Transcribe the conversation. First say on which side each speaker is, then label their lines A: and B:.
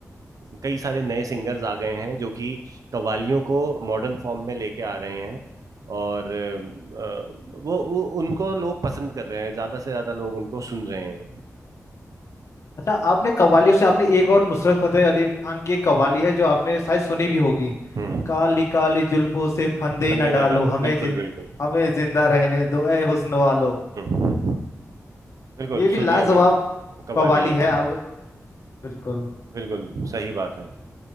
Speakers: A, on the right; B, on the left.
A: कई सारे नए सिंगर्स आ गए हैं जो कि कवालियों को मॉडर्न फॉर्म में लेके आ रहे हैं और अ, वो, वो उनको लोग पसंद कर रहे हैं ज्यादा से ज्यादा लोग उनको सुन रहे हैं
B: अच्छा आपने कव्वालियों से आपने एक और नुसरत फतेह अली खान की एक कव्वाली है जो आपने शायद सुनी भी होगी
A: हम्म
B: काली काली जुल्फों से फंदे
A: फंदे
B: न डालो
A: ना डालो
B: हमें
A: बिल्कुल
B: जिन
A: बिल्कुल
B: हमें जिंदा रहने दो ए हुस्न वालो
A: हम्म हम्म, बिल्कुल
B: ये भी
A: सुनिए
B: लाजवाब
A: मैंने कवाली
B: कव्वाली
A: है
B: है आप बिल्कुल
A: बिल्कुल सही बात है